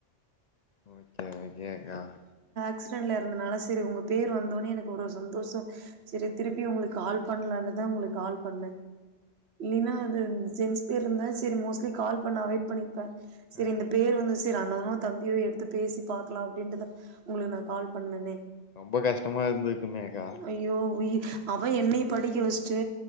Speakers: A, on the left; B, on the right.
A: ஓ கே எ <unintelligible>
B: ஆக்சிடெண்டில் இருந்தனால செரி உங்க பேர் வந்தோனே எனக்கு ஒரு சந்தோஷம் சரி திருப்பி உங்களுக்கு கால் பண்ணலான்னு தா உங்களுக்கு கால் பண்ன் இல்லைன்னா அது ஜென்ட்ஸ் பேர் இருந்தால் செரி மோஸ்ட்லி கால் பண்ண அவாய்ட் பண்ணியிருப்பே செரி
A: ஆ
B: இந்த பேர் வந்து செரி அண்ணனோ தம்பியோ எடுத்து பேசி பாத்து க்கலாம் அப்படின்ட்டுதா உங்களுக்கு நா கால் பண்ணேனே
A: ரொம்ப கஷ்டமா இருந்துக்கு மே கா <inaudible>
B: ஐயோ உயி அவ என்னைய படிக்க வெச்சிட்டு